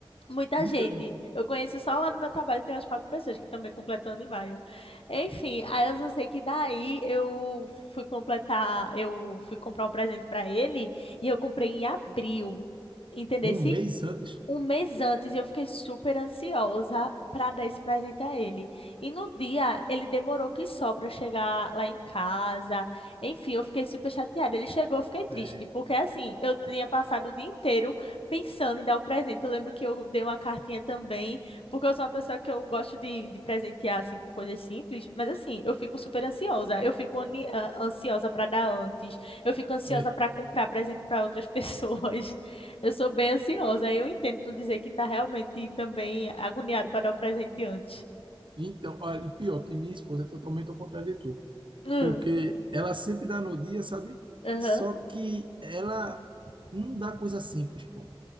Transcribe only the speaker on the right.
Muita
gente.
Um mês antes.
É,
é.
Então, olha, e pior que minha esposa é totalmente ao contrário de tu.
porque ela sempre dá no dia, sabe?
Só que ela não dá coisa simples, pô.